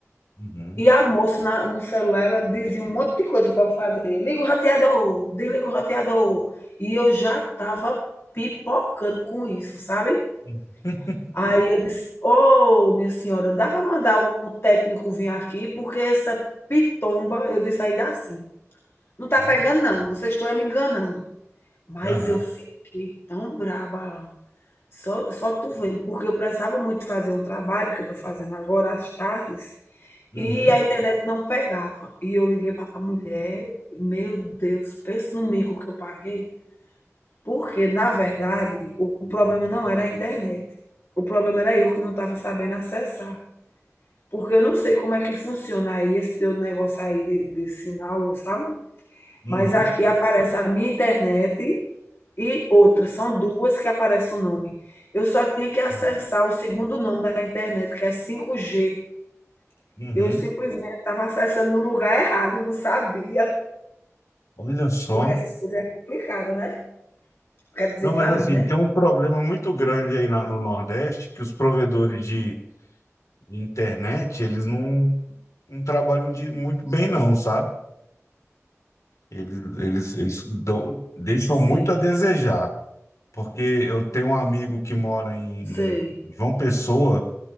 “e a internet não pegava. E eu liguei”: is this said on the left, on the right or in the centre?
Left